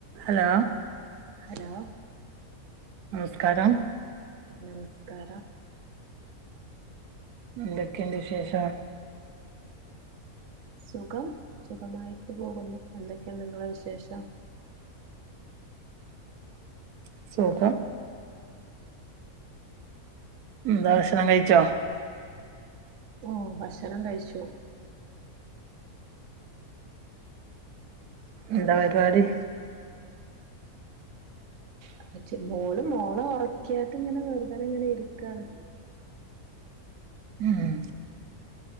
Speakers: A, on the right; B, on the right.
A: Hello
B: hello
A: നമസ്കാരം
B: നമസ്കാരം
A: എതൊക്കെയണ്ട് വിശേഷം
B: സുഖം സുഖമായിട്ട് പോകുന്നു എന്തൊക്കെയാണ് നിങ്ങളുടെ വിശേഷം.
A: അ സുഖം എന്താ ഭക്ഷണം കഴിച്ചോ
B: ഓ ഭക്ഷണം കഴിച്ചു
A: എന്താ പരിപാടി
B: അപ്പച്ചി മോളും മോളെ ഉറക്കീട്ട് ഇങ്ങനെ വെറുതെനെ ഇങ്ങനെ ഇരിക്കയാണ്
A: ആഹ്